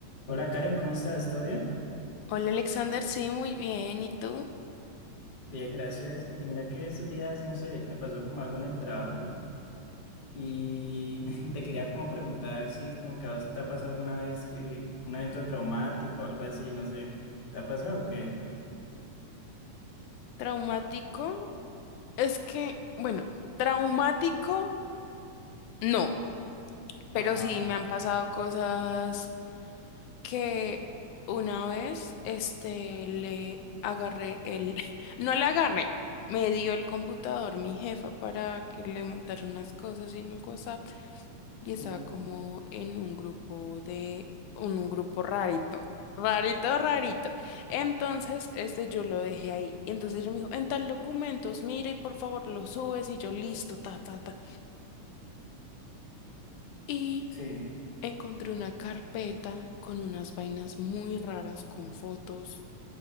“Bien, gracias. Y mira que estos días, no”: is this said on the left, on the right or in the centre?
Left